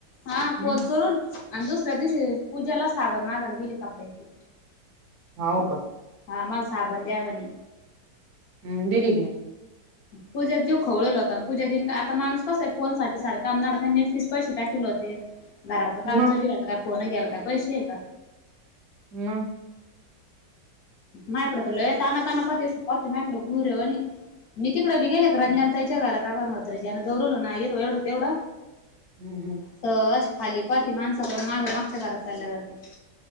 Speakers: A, on the left (about 65°); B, on the right (about 70°).
A: हा
B: हं.
A: फोन चोरून. आणि दुसऱ्या दिवशी, पूजाला साबन मागायला गेली कपड्याची.
B: हाव का.
A: हा, मला साबण द्या म्हणे.
B: हम, दिली की.
A: पूज्याचा जीव खवळीवला होता, पूजा दिल का आता, माणुस कस आहे फोन साठी सारख नडखा नेटपिस पैसे टाकीले होते, घराच काम
B: मग
A: चालू आहे आता, काय फोन घ्यायला काय पैसे आहे का?
B: मग
A: मायाकडं तर लय ताना ताना पाहते, अशी पाहते मायाकडे गुरेवानी. मी तिकडं बी गेले रमजान
B: हम्म,
A: ताईच्या घरात काका मात्र ज्यांना जोडलं ना येत एवढं तेवढ.
B: हम्म हम्म
A: तर खाली पाहते माणसाकडं माग मागच्या घरात चालल्या जातील